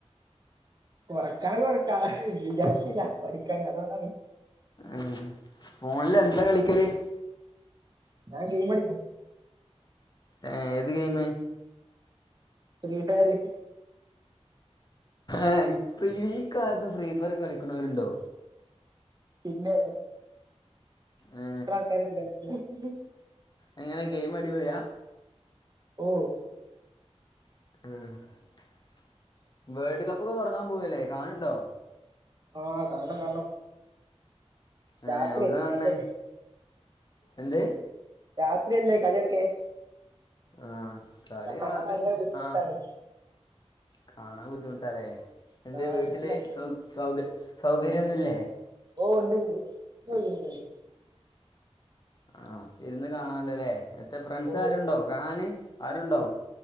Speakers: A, on the right (about 35°); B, on the left (about 40°).
A: കൊറക്കാൻ കൊറക്കാ ഹ് വിചാരിച്ചില്ല പഠിക്കാന് അതൊണ്ടാണ്-
B: ഉ ഫോണില് എന്താ കളിക്കല്-
A: ഞാ ഗെയ്മളിക്കും-
B: ഏ ഏത് ഗെയ്മ്-
A: ഫ്രീ ഫയറ്-
B: ഏ ഇപ്പ ഈകാലത്ത് ഫ്രീ ഫയറ് കളിക്കണോരുണ്ടോ?
A: പിന്നെ-
B: ഏ,
A: എത്ര ആൾക്കാര്ണ്ട് കളിക്കണ-
B: എങ്ങനെ ഗെയിംഅടിപൊളിയാ-
A: ഓ-
B: <unintelligible> വേൾഡ് കപ്പ് ഒക്കെ തൊടങ്ങാൻ പോന്നില്ലേ കാണ് ണ്ടോ?
A: ആ കാണണം കാണണം-
B: ആ
A: രാത്രി
B: എവിടന്നാ
A: തിങ്കളാഴ്ച
B: കാണേ? എന്ത്?
A: രാത്രിയല്ലേ കളിയൊക്കെ?
B: ആ കളി
A: കാണാൻ
B: രാത്രിയും
A: ഭയങ്കര ബുദ്ധിമുട്ടാണ്
B: ആ കാണാൻ പറ്റ ട്ടല്ലേ എന്റെ
A: ആ
B: വീട്ടില്
A: അറിയത്തിലാണ്
B: സൗ സൗക സൗകര്യഒന്നുംമില്ലേ?
A: ഓ ഉണ്ട്ണ്ട് ഇണ്ട്.
B: ആ ഇരുന്ന് കാണാനല്ലോല്ലേ? എത്ത ഫ്രണ്ട്സ്
A: ഓ
B: ആരുണ്ടോ കാണാന്. ആരുണ്ടോ?